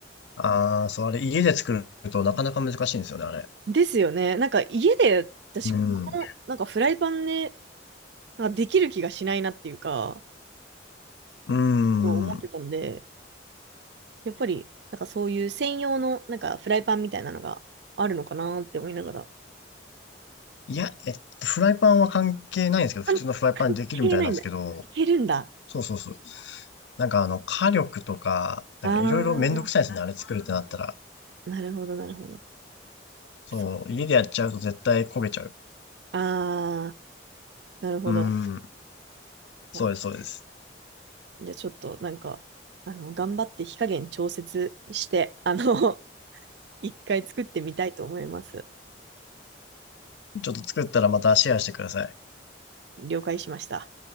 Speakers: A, on the left (about 70°); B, on the right (about 60°).
A: ああ、そう、あれ、家で作るとなかなか難しいんですよね、あれ。
B: ですよね。なんか家で私、
A: うん。
B: この、なんかフライパンで、なんかできる気がしないなっていうか、
A: うー
B: そう思ってたんで、
A: ん。
B: やっぱり、なんかそういう専用の、なんかフライパンみたいなのがあるのかなって思いながら。
A: いや、えっと、フライパンは関係ないんですけど、普通のフライパンでできるみたいなんですけど、
B: 関関係ないんだ。いけるんだ。
A: そうそうそう。なんかあの、火力とか、
B: あー、
A: なんかいろいろめんどくさいですね、あれ作るってなったら。
B: なるほど、なるほど。
A: そう、
B: そ、
A: 家でやっちゃうと絶対焦げちゃう。
B: あー、なるほど。
A: うーん。そうです、
B: もう
A: そうです。
B: じゃあちょっと、なんか、あの、頑張って火加減調節して、あの、<laughs> 一回作ってみたいと思います。
A: ちょっと作ったらまたシェアしてください。
B: 了解しました。